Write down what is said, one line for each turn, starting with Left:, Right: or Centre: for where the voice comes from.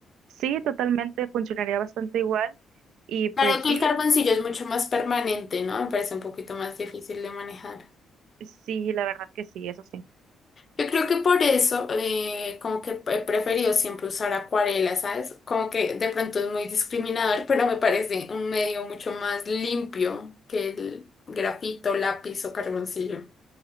Right: Sí, totalmente funcionaría bastante igual y pues
Left: Claro que
Right: sí,
Left: el carboncillo es mucho más permanente, ¿no? Me parece un poquito más difícil de manejar.
Right: sí, la verdad que sí, eso sí.
Left: Yo creo que por eso, eh, como que he preferido siempre usar acuarela, ¿sabes? Como que de pronto es muy discriminador, pero me parece un medio mucho más limpio que el grafito, lápiz o carboncillo.